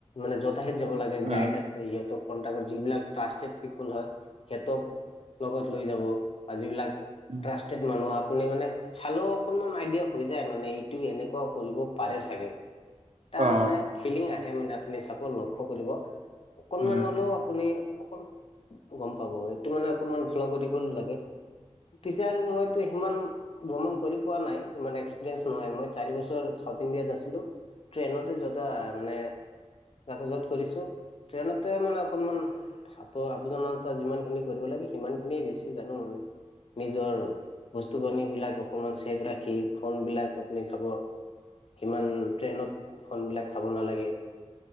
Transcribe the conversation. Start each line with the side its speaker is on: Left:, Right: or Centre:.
Left: মানে যতাহত যাব লাগে
Right: উম
Left: গাইড আছে সিহঁত কন্টা যিবিলাক ট্ৰাষ্টড পিপল হয় সিহঁতক লগত লৈ যাব বা যিবিলাক
Right: উম
Left: ট্ৰাষ্টেড মানুহ আপুনি মানে চালেও অকনমান আইডিয়া হৈ যায় মানে এইটো এনেকুৱা কৰিব পাৰে চাগে তাৰ
Right: অ
Left: মানে ফিলিং আহে মানে আপুনি চাক লক্ষ্য কৰিব অকনমান
Right: উম
Left: হ'লেও আপুনি অক গ'ম পাব এইটো মানে অকনমান ফলা কৰিব নালাগে পিছে আৰু মইতো সিমান ভ্ৰমণ কৰি পোৱা নাই ইমান এক এক্সপিৰিয়েনচ নহয় মই চাৰি বছৰ চাউঠ ইণ্ডিয়াত আছিলো ট্ৰেইন যোতা মানে আ তাতে য'ত কৰিছোঁ ট্ৰেইনতে মানে অকমান আপ আবনতা জন যিমান খিনি কৰিব লাগে সিমান খিনিয়ে বেছি জানো আৰু নিজৰ বস্তু পানী বিলাক অকমান ছেভ ৰাখি ফোন বিলাক আপুনি চাব সিমান ট্ৰেইনত ফোনবিলাক চাব নালাগে।